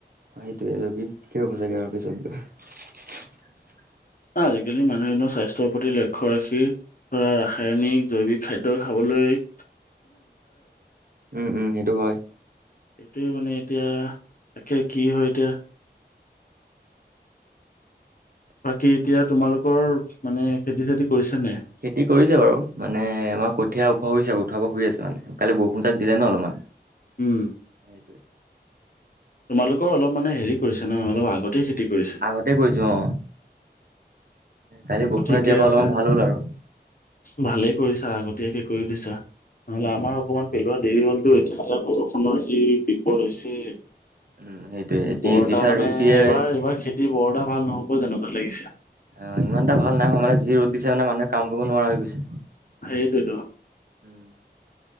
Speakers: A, on the right (about 55°); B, on the left (about 50°).
A: সেইটোৱে বিষব চাগৈ আৰু পিছত গৈ
B: আজিকালি মনেন চাই স্বাস্থ্যৰ প্ৰতি লক্ষ্য ৰাখি ধৰা ৰাসায়নিক জৈৱিক খাদ্য খাবলৈ।
A: উম উম সেইটো হয়।
B: এইটোোৱে মানে এতিয়া তে কি হয় এতিয়া। বাকী এতিয়া তোমালোকৰ মানে খেতি চেতি কৰিছে নে
A: খেতি কৰিছে বাৰু মানে আমাৰ কঠীয়া ওখোৱা হৈছে উঠাব শ আছে মানে কালি বৰষুণ চাক দিলে ন অলপমান।
B: উম।
A: সেইটোৱে।
B: তোমালোকৰ অলপ মানে হেৰি কৰিছে ন অলপ আগতে। কৰিছে
A: আগতে কৰিছো অ। কালি
B: এইটোতো
A: বৰষুণত
B: ঠিকে
A: দিয়াৰ
B: আছে
A: পৰাা অলপমান ভাল হ'ল আৰু
B: ভালেই কৰিছা আগতীয়াকে কৰি থৈছা। নহলে
A: উম
B: আমাৰ
A: উম
B: অকণমান পেলোৱা দেৰি হলতো এতি বৰষুণৰ। যি বিপদ হৈছে।
A: উম সেইটোয়ে যি
B: বৰটাা
A: যিচা
B: মানে
A: ৰ'দ দিয়ে
B: এইবাৰ এইবাৰ খেতি বৰটাা ভাল নহ'ব যেনেকুৱাত লাগিছে।
A: অ ইমান এটা ভাল নাই হয় মানে যি ৰ'দ দিছে মানে মানুহে কাম কৰিব নোৱাৰা হৈ গৈছে।
B: সেইটোতো।
A: উম